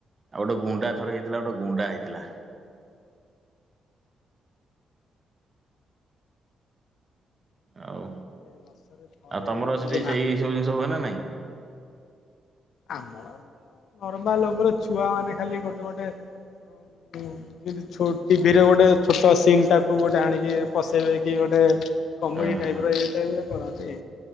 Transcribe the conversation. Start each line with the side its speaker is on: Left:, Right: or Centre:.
Right: ଆଉ ଗୋଟେ ଗୁଣ୍ଡା ଥରେ ହେଇଥିଲା ଗୋଟେ ଗୁଣ୍ଡା ହେଇଥିଲା। ଆଉ।
Left: ବର୍ଷରେ ଥରେ
Right: ଆଉ ତମର
Left: ଏମିତି
Right: ସେଠି
Left: ଯୋଉ
Right: ସେଇ
Left: ନାସ୍ତା
Right: ସବୁ ଜିନିଷ ହୁଏ ନା ନାଇଁ
Left: ଆମର ନର୍ମାଲ୍ ଓପରେ ଛୁଆ ମାନେ ଖାଲି ଗୋଟେ ଗୋଟେ ଆଉ କିନ୍ତୁ ଟିଭି ରେ ଗୋଟେ ଛୋ ଛୋଟ ସିମ୍ ଟାକୁ ଗୋଟେ ଆଣିକି ପସେଇବେ କି ଗୋଟେ କମେଡି
Right: ହଁ
Left: ଟାଇପ୍
Right: ହଁ
Left: ର ଏଇ ଟାଇମି ରେ କରନ୍ତି।